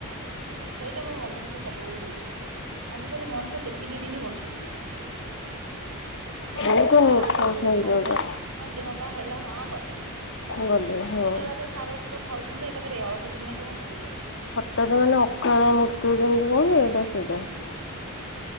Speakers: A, on the right (about 85°); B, on the left (about 55°).
A: ସେଇଟା ମୋ ମନ ଦୁଃଖ ସବୁବେଳେ ହଉଛି। ଆଜିକାଲି ମଣିଷ କେତିକି ଦିନ ହ ବଞ୍ଚୁଛନ୍ତି। ହଁ
B: ବହୁତ
A: କହିବା
B: ନିଃଶଂସ
A: ସାର ଔଷଧ
B: ହେଇଯାଉଛନ୍ତି
A: ଖାଇଲେ ହଁ ଦେହ ପାହା ହେଲେ ହଁ ଗଲେ।
B: ଗଲେ ହଁ।
A: ଏମିତି ଏକାଥ ସାର ଔଷଧ ଖାଉଛନ୍ତି ଯେ ଏକାଥାରେ ଅଳ୍ପ ଦିନ ନାକି ବଞ୍ଚୁଛନ୍ତି।
B: ହଠାତ ମାନେ ଅକାଳ ମୃତ୍ୟୁ ଯେମିତି କୁହନ୍ତି। ଏଇଟା ସେଇଟା।
A: ହୁଁ।